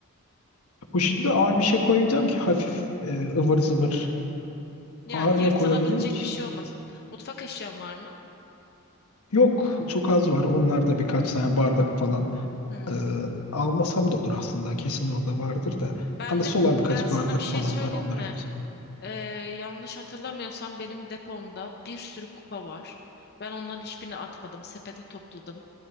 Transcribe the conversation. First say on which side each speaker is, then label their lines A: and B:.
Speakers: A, on the left; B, on the left.
A: Poşete de ağır bir şey koyacağım ki hafif e, ıvır zıvır.
B: Yani
A: Ağır
B: yırtılabilecek
A: ne koyabilirim ki?
B: bir şey olmaz. Mutfak eşyan var mı?
A: Yok çok az var. Onlar da birkaç tane bardak falan.
B: Hı.
A: Ee, almasam da olur aslında. Kesin orada vardır da.
B: Ben
A: Anısı
B: de
A: olan birkaç
B: ben sana
A: bardak
B: bir şey
A: falan
B: söyleyeyim
A: var. Onları
B: mi?
A: alırım.
B: Ee, yanlış hatırlamıyorsam benim depomda bir sürü kupa var. Ben onların hiçbirini atmadım. Sepete topladım.